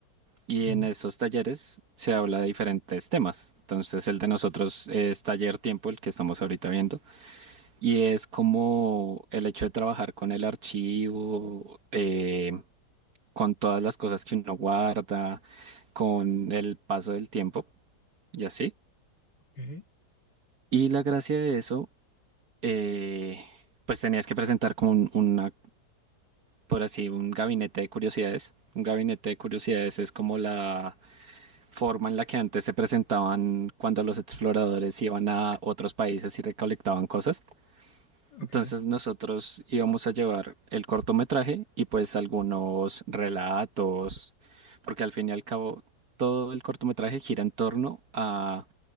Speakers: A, on the right (about 60°); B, on the left (about 75°).
A: Y
B: Ujú,
A: en esos talleres se habla de diferentes temas. Entonces el de nosotros es taller tiempo, el que estamos ahorita viendo, y es como el hecho de trabajar con el archivo, eh, con todas las cosas que uno guarda, con el paso del tiempo y así.
B: Ok.
A: Y la gracia de eso, eh, pues tenías que presentar como un- una, por así, un gabinete de curiosidades. Un gabinete de curiosidades es como la forma en la que antes se presentaban cuando los exploradores iban a otros países y recolectaban cosas.
B: Ok.
A: Entonces nosotros íbamos a llevar el cortometraje y pues algunos relatos, porque al fin y al cabo todo el cortometraje gira en torno a